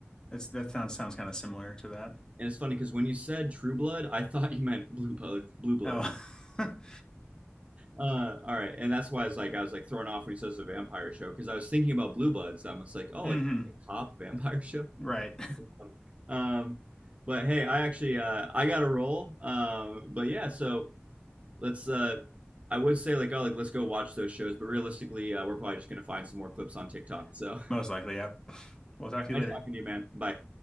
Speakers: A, on the left; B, on the right.
A: That's that sounds sounds kind of similar to that.
B: And it's funny because when you said True Blood, I <laughs> thought you meant Blue Blood. Blue Blood.
A: Oh, <laughs>
B: Uh, all right, and that's why I was like I was like thrown off when he says the vampire show because I was thinking about Blue Bloods. I was like, oh,
A: hmm
B: like a cop vampire show.
A: right.
B: <laughs> Um, but hey, I actually uh, I got a role. Um, but yeah, so. let's uh I would say like oh like let's go watch those shows, but realistically, uh, we're probably just gonna find some more clips on TikTok. So
A: <laughs> Most
B: <laughs>
A: likely, yep. We'll talk to you
B: nice
A: later.
B: talking to you, man. Bye.